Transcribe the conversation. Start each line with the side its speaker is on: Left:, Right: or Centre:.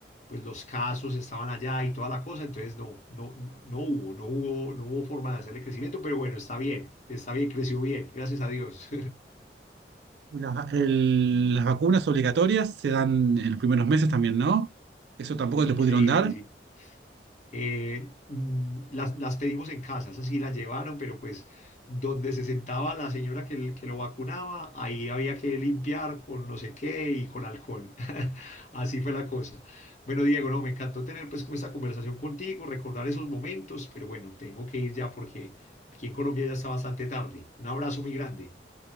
Left: pues los casos estaban allá y toda la cosa, entonces no, no, no no hubo, no hubo, no hubo forma de hacerle crecimiento, pero bueno, está bien, está bien, creció bien, gracias a Dios.
Right: La- el- las vacunas obligatorias se dan en los primeros meses también, ¿no? Eso tampoco
Left: <laughs> Increíble,
Right: te pudieron dar.
Left: sí. eh, mm, las, las pedimos en casa, esas sí las llevaron, pero pues donde se sentaba la señora que, l- que lo vacunaba, ahí había que limpiar con no sé qué y con alcohol. <laughs> Así fue la cosa. Bueno, Diego, no, me encantó tener pues como esta conversación contigo, recordar esos momentos, pero bueno, tengo que ir ya porque aquí en Colombia ya está bastante tarde. Un abrazo muy grande.